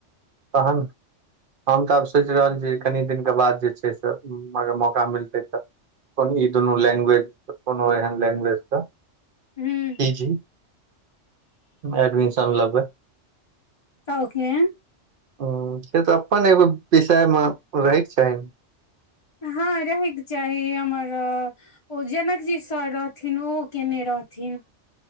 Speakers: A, on the right; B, on the left.
A: तहन हम तऽ आब सोचि रहल छीै कनि दिनके बाद जे छै से अगर मौका मिलतै तऽ को ई दुनू लैंग्वेज कोनो एहन लैंग्वेज तऽ
B: हूँ
A: पी जी एडमिशन लबै
B: तौके
A: ह से तऽ अपन एगो विषय मे रहैके चाही
B: हँ रहयके चाही हमर ओ जनकजी सर रहथिन ओ केने रहथिन